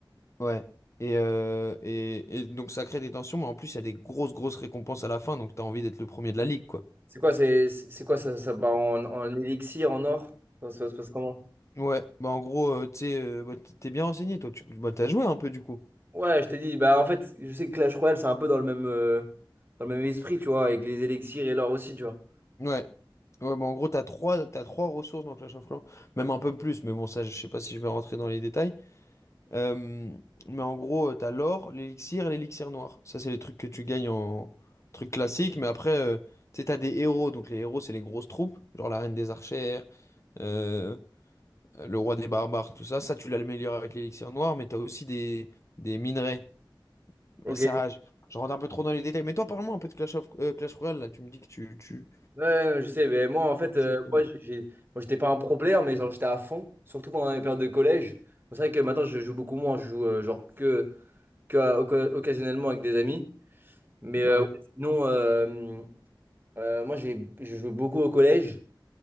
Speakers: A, on the left; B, on the right.
A: Ouais. Et, euh, et, et donc ça crée des tensions, mais en plus il y a des grosses, grosses récompenses à la fin, donc t'as envie d'être le premier de la ligue, quoi.
B: C'est quoi, c'est c'est quoi ça, ça part en, en élixir, en or? Ça, ça se passe comment?
A: Ouais, bah en gros, euh, tu sais, euh, bah, t- t'es bien renseigné, toi, tu bah, t'as joué un peu du coup.
B: Ouais, je t'ai dit, bah en fait, je sais que Clash Royale, c'est un peu dans le même, euh, dans le même esprit, tu vois, avec les élixirs et l'or aussi, tu vois.
A: Ouais. Ouais, bah en gros, t'as trois, t'as trois ressources dans Clash of Clans, même un peu plus, mais bon, ça, je sais pas si je vais rentrer dans les détails. Euh, mais en gros, euh, t'as l'or, l'élixir et l'élixir noir. Ça, c'est les trucs que tu gagnes en trucs classiques. Mais après, euh, tu sais, t'as des héros. Donc, les héros, c'est les grosses troupes. Genre la reine des archères, euh, le roi des barbares, tout ça. Ça, tu l'améliores avec l'élixir noir. Mais t'as aussi des, des minerais.
B: Ok.
A: Mais Ça, je, je rentre un peu trop dans les détails. Mais toi, parle-moi un peu de Clash of, euh, Clash Royale. Là, tu me dis que tu, tu,
B: Ouais, non, je sais, mais moi en fait,
A: tu
B: euh,
A: jouais comme-
B: moi j'ai, j'ai- moi, j'étais pas un pro player, mais genre j'étais à fond, surtout pendant les périodes de collège. C'est vrai que maintenant je joue beaucoup moins, je joue euh, genre que, que à- oca- occasionnellement avec des amis. Mais euh,
A: Ouais.
B: ouais, sinon, euh, euh, moi j'ai, je joue beaucoup au collège.